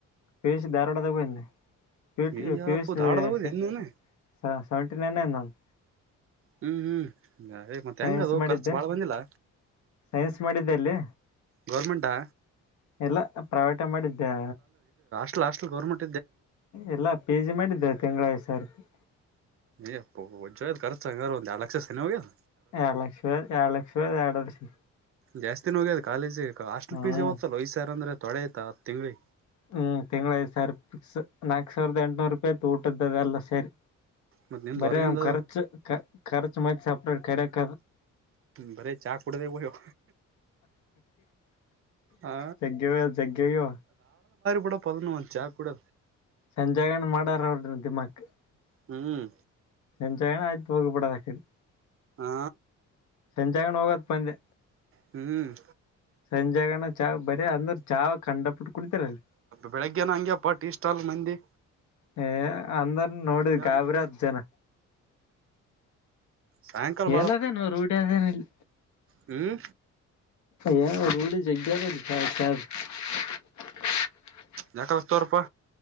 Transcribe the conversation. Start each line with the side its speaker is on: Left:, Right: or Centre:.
Left: ಬೇಶ್ ಧಾರವಾಡಗ ಬನ್ನೇ <unintelligible>
Right: ಅಯ್ಯಪ್ಪೋ ಧಾರವಾಡದಾಗ ಓದಿ ಏನ್ ನೀನ್
Left: ಹಾ ಸೆವೆಂಟಿ ನೈನ್ ನಂದು.
Right: ಹ್ಮ್ ಹ್ಮ್ ಏ ಮತ್ತೆ
Left: ಸೈನ್ಸ್
Right: ಹೆಂಗ ಅದು
Left: ಮಾಡಿದ್ದೆ
Right: ಖರ್ಚು ಬಾಳ ಬಂದಿಲ್ಲ.
Left: ಸೈನ್ಸ್ ಮಾಡಿದ್ದೆ ಅಲ್ಲಿ.
Right: ಗವರ್ನಮೆಂಟಾ.
Left: ಇಲ್ಲ ಪ್ರೈವೇಟ್. ಊಟ ಮಾಡಿದ್ದೆ.
Right: Last government.
Left: ಎಲ್ಲಾ ಪಿ ಜಿ ಮಾಡಿದ್ದೆ. ತಿಂಗಳ ಐದುಸಾವಿರ್ ರೂಪಾಯಿ.
Right: ಏ ಹೆಪ್ಪೋ ವಜ್ಜಹೋಗೇದ ಖರ್ಚು ಅಂಗಾರ ಒಂದ್ ಎರಡು ಲಕ್ಷ ಸನ ಹೋಗ್ಯದ.
Left: ಎರಡ್ ಲಕ್ಷ, ಎರಡ್ ಲಕ್ಷ, ಯಾಡ್ ವರ್ಷಿ
Right: ಜಾಸ್ತಿ ನೋಗ್ಯದು ಕಾಲೇಜ್. ಹಾಸ್ಟೆಲ್
Left: ಹ್ಮ್
Right: ಫೀಸ್ಸೆ ಹೋಗ್ತಾಲೋ ಐದು ಸಾವಿರ ಅಂದ್ರೆ ತೊಡೆ ಆಯಿತಾ ತಿಂಗ್ಳಿ
Left: ಹ್ಮ್ ತಿಂಗ್ಗಳ ಐದ್ ಸಾವಿರ ಫಿಕ್ಸ್. ನಾಕ್ ಸಾವಿರದ ಎಂಟುನೂರು ರೂಪಾಯಿ ಊಟದ್ದದಲ್ಲ ಸೆರಿ
Right: ಮತ್ ನಿಮ್ದ್
Left: ಬರೆ
Right: ಹೊರಗಿಂದ
Left: ಆವ್ನ್ ಖರ್ಚು ಖ ಖರ್ಚು <unintelligible> ಕೇಡಾಕ
Right: ಬರೇ ಚಾ ಕುಡದೆ ಹೋಗ್ಯವ ಆ
Left: <inaudible> ಜಗ್ಗವ ಜಗ್ಗವೋ
Right: ಕೂಡಪದನ ಚಾ ಕೂಡಿ
Left: ಎಂಜಾಯ್ ಏನು ಮಾಡ! ! <unintelligible>
Right: ಹ್ಮ್
Left: ಎಂಜಾಯಿನ ಆಯ್ತು ಹೋಗಿಬಿಡೋದು ಹಾಕಿಂದು
Right: ಆ
Left: ಎಂಜೋಯ್ಮೆಂಟ್ ಹೋಗೋಕೆ ಬಂದೆ
Right: ಹ್ಮ್
Left: ಸಂಜೆಗೆನಾ ಚಾ ಬರಿ ಆದ್ರು ಚಾ ಕಂಡಪಟ್ಟ ಕುಡಿತಾರಲ್ಲಿ
Right: ಬೆಳಿಗ್ಗೆನ ಹಂಗಗೆಪ್ಪಾ ಟಿ ಸ್ಟಾಲ್ ಮಂದಿ
Left: ಹೇ ಅಂದ್ರ ನೋಡಿದ
Right: ಮಧ್ಯಾಹ್ನ
Left: ಗಾಬರಿ
Right: ಹಂಗೆ
Left: ಹತ್ ಜನ
Right: ಸಾಯಂಕಾಲ
Left: ಹೇಳಲ್ಲದೇನು ರೂಢಿ ಆಗರೇ <inaudible>
Right: ಹ್ಮ
Left: ಏನೋ ರೂಡಿ <unintelligible>
Right: ಯಾಕತರಪಾ